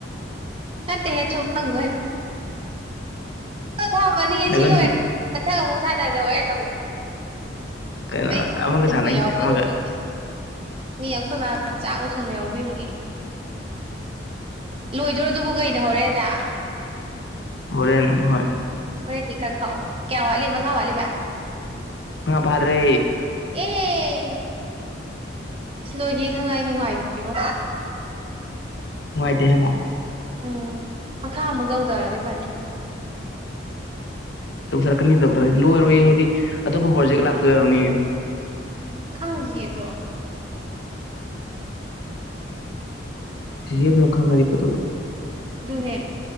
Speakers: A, on the right (about 30°); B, on the left (about 60°).
A: ꯅꯠꯇꯦꯍꯦ ꯁꯨꯝ ꯍꯪꯕ ꯊꯃꯅꯤ
B: ꯅꯒꯟ
A: ꯁꯤ ꯂꯣꯏꯔꯦ ꯃꯊꯪ ꯑꯃꯨꯛ ꯁꯥꯟꯅꯔꯁꯦ ꯍꯣꯔꯦꯜ ꯑꯃꯨꯛ
B: ꯀꯩꯅꯣ
A: ꯑꯩꯟꯕ
B: ꯑꯃꯒ ꯁꯥꯟꯅꯈꯤꯁꯦ
A: ꯌꯥꯎꯕꯤꯔꯨꯗ꯭ꯔꯦꯗꯤ
B: ꯑꯃꯒ
A: ꯃꯤ ꯑꯩꯈꯣꯏ ꯃꯥ ꯆꯥꯛ ꯂꯣꯏꯁꯤꯟꯕ ꯌꯥꯎꯕꯤꯔꯨꯒꯦ ꯂꯣꯏꯗꯣꯏꯔꯗꯨꯕꯨ ꯀꯩꯅꯣ ꯍꯣꯔꯦꯜꯗꯥꯡ
B: ꯍꯣꯔꯦꯅ ꯍꯣꯏ
A: ꯍꯣꯔꯦꯟꯒꯤ ꯈꯔ ꯈꯛꯑꯣ ꯀꯌꯥ ꯋꯥꯠꯂꯤ ꯃꯉꯥ ꯋꯥꯠꯂꯤꯕ
B: ꯉꯥ ꯐꯥꯗ꯭ꯔꯦ
A: ꯑꯦ ꯁꯤ ꯂꯣꯏꯒꯤ ꯈꯪꯉ ꯑꯩ ꯅꯨꯡꯉꯥꯏꯇꯦꯕꯣ
B: ꯅꯨꯡꯉꯥꯏꯇꯦ ꯍꯥꯏꯔꯣ
A: ꯎꯝ ꯃꯈꯥ ꯑꯃꯨꯛ ꯇꯧꯖꯔꯗꯤ ꯐꯅꯤ
B: ꯇꯧꯖꯔꯛꯀꯅꯤ ꯇꯧꯗ꯭ꯔꯦ ꯂꯣꯏꯔꯣꯏ ꯍꯥꯏꯗꯤ ꯑꯇꯣꯞꯄ ꯄ꯭ꯔꯣꯖꯦꯛ ꯂꯥꯛꯇꯣꯏ ꯑꯣꯏꯔꯝꯅꯤꯌꯦ
A: ꯈꯪꯗꯤꯌꯦꯗꯣ
B: <unintelligible> ꯐꯗꯧꯕ
A: ꯑꯗꯨꯅꯦ